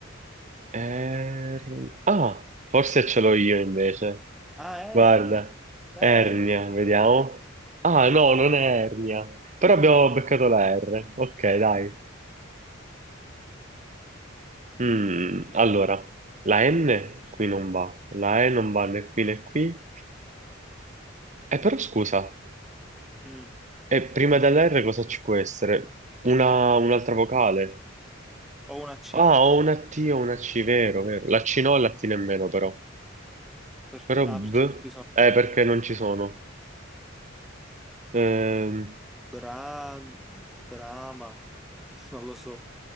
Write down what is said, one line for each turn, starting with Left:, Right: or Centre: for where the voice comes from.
Right: er- Ah, forse ce l'ho io invece.
Centre: ah,
Right: Guarda,
Centre: ernia. Eh,
Right: ernia, vediamo. Ah, no, non è ernia. Però abbiamo
Centre: però...
Right: beccato la R. Ok,
Centre: eh.
Right: dai. Mm, allora, la N qui non va, la E non va né qui né qui. Eh, però scusa,
Centre: Mm.
Right: eh, prima dell'R cosa ci può essere? Una, un'altra vocale?
Centre: Ho una C.
Right: Ah, ho una T o una C, vero, vero. La C no e la T nemmeno però.
Centre: Per-
Right: Però
Centre: ah,
Right: B,
Centre: perché ci sono
Right: eh, perché non ci sono. Ehm,
Centre: Bra... Brama. <laughs> Non lo so.